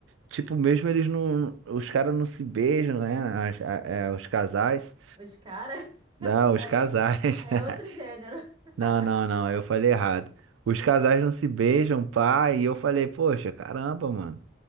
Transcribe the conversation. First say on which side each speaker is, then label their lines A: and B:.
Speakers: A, on the right; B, on the right.
A: tipo, mesmo eles não. Os caras não se beijam, né? as- a- é, os casais.
B: Os caras.
A: Não,
B: <laughs> Aí,
A: os casais.
B: aí
A: <laughs>
B: é outro gênero. <laughs>
A: Não, não, não, eu falei errado. Os casais não se beijam, pá. E eu falei, poxa, caramba, mano.